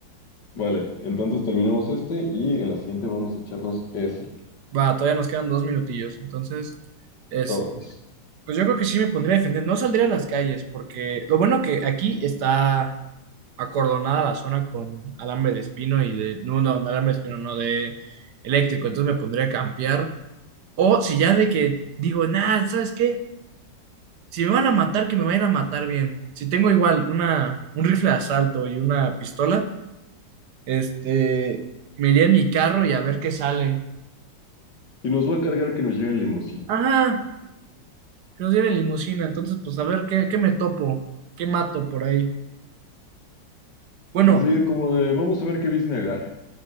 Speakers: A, on the left (about 70°); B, on the right (about 65°).
A: Vale, entonces terminamos este y en la siguiente vamos a echarnos esa.
B: Va, todavía nos quedan dos minutillos, entonces, es,
A: Sobres.
B: pues yo creo que sí me pondría a defender, no saldría a las calles, porque lo bueno que aquí está acordonada la zona con alambre de espino y de, no, no, no alambre de espino, no, de eléctrico, entonces me pondría a campear, o si ya de que digo, nada, ¿sabes qué? Si me van a matar, que me vayan a matar bien. Si tengo igual una, un rifle de asalto y una pistola Este, me iría en mi carro y a ver qué sale.
A: y nos va a cargar que nos lleven limusina.
B: Ajá, que nos lleven limusina, entonces pues a ver qué, qué me topo, qué mato por ahí. Bueno,
A: Pues así de como de, vamos a ver qué business agarra.